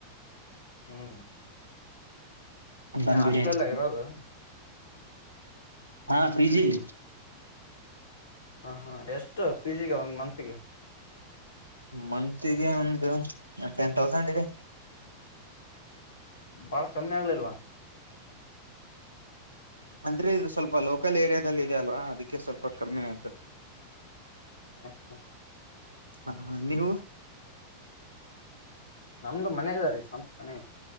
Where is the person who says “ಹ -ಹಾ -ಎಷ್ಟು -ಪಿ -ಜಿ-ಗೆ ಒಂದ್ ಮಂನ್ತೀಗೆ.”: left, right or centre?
Left